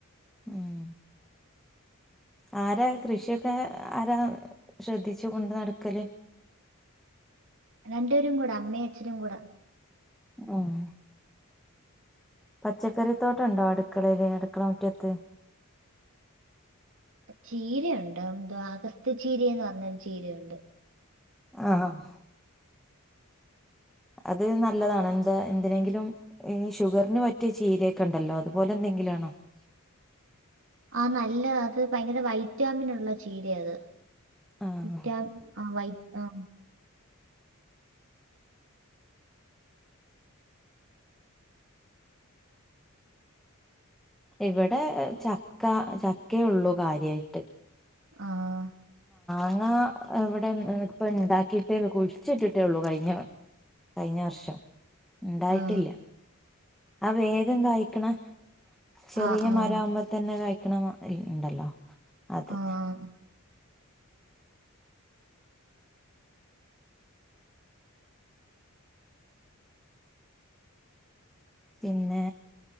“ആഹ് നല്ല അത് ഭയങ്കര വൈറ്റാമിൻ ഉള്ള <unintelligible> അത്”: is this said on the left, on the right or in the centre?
Right